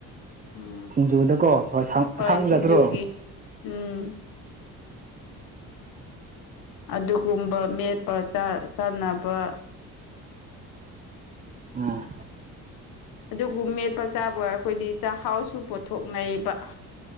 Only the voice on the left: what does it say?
ꯎꯝ
ꯍꯣꯏ
ꯁꯤꯡꯖꯨꯒꯤ
ꯎꯝ ꯑꯗꯨꯒꯨꯝꯕ ꯃꯦꯠꯄ ꯆꯥꯟꯅꯕ
ꯑꯗꯨꯒ ꯃꯦꯠꯄ ꯆꯥꯕ ꯑꯩꯈꯣꯏꯗꯤ ꯆꯥꯛꯍꯥꯎꯁꯨ ꯄꯣꯊꯣꯛꯅꯩꯕ